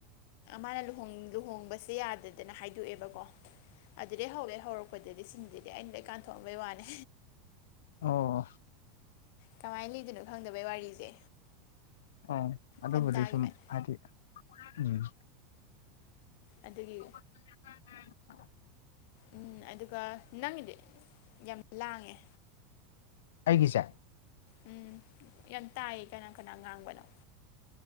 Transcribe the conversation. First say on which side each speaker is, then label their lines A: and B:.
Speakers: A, on the left (about 65°); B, on the left (about 80°).
A: ꯃꯥꯅ ꯂꯨꯍꯣꯡꯕꯁꯦ ꯌꯥꯗꯗꯅ ꯍꯥꯏꯗꯣꯛꯑꯦꯕꯀꯣ ꯑꯗꯨꯗꯤ ꯍꯧꯋꯦ ꯍꯧꯔꯛꯄꯗꯗꯤ ꯁꯤꯡꯗꯨꯗꯤ ꯑꯩꯅ ꯂꯣꯏꯅꯥ ꯀꯥꯟꯊꯣꯛꯑꯝꯕꯩ ꯋꯥꯅꯦ
B: ꯑꯣ
A: ꯀꯃꯥꯏꯅ ꯂꯤꯗꯣꯏꯅꯣ ꯈꯪꯗꯕꯩ ꯋꯥꯔꯤꯁꯦ
B: ꯑꯣ ꯑꯗꯨꯕꯨꯗꯤ
A: ꯀꯟ ꯇꯥꯈꯤꯕꯅꯦ
B: ꯁꯨꯝ ꯍꯥꯏꯗꯤ ꯎꯝ
A: ꯑꯗꯨꯒꯤ
B: ꯎꯝ ꯎꯝ
A: ꯎꯝ ꯑꯗꯨꯒ ꯅꯪꯒꯤꯗꯤ ꯌꯥꯝ ꯂꯥꯡꯉꯦ
B: ꯑꯩꯒꯤꯁꯦ
A: ꯎꯝ ꯌꯥꯝ ꯇꯥꯏꯌꯦ ꯀꯅꯥ ꯀꯅꯥ ꯉꯥꯡꯕꯅꯣ